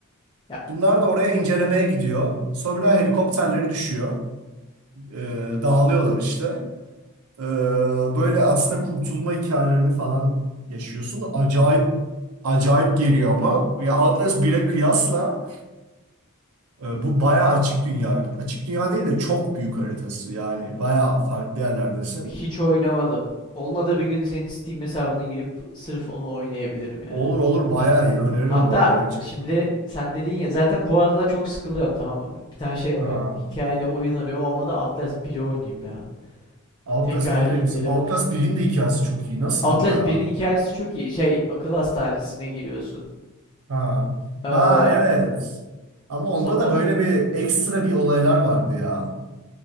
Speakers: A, on the left (about 20°); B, on the right (about 85°).
A: Ya,
B: Bunlar da oraya incelemeye gidiyor. Sonra helikopterleri düşüyor. Ee, dağılıyorlar işte. Ee, böyle aslında kurtulma hikayelerini falan yaşıyorsun. Acayip acayip geliyor ama. Ya Atlas 1'e kıyasla e, bu bayağı açık dünya. Açık dünya değil de çok büyük haritası. Yani bayağı farklı yerlerdesin.
A: hiç oynamadım. Olmadı bir gün senin Steam hesabına girip sırf onu oynayabilirim
B: Olur
A: yani.
B: olur bayağı iyi. Öneririm
A: Hatta
B: bu arada gerçekten.
A: şimdi sen dedin ya zaten bu aralar çok sıkılıyorum tamam mı? Bir tane şey alıyorum.
B: Ha.
A: Hikayeli oyun arıyorum. Olmadı Outlast biri oynayayım ya.
B: Outlast
A: Tekrar
B: 1'i
A: indirip.
B: de güzel. Outlast 1'in de hikayesi çok iyi. Nasıldı
A: Outlast
B: o ya?
A: birin hikayesi çok iyi. Şey akıl hastanesine giriyorsun.
B: Ha.
A: Ee,
B: Ha evet. Ama onda
A: sonra
B: da
A: o-
B: böyle bir ekstra bir olaylar vardı ya.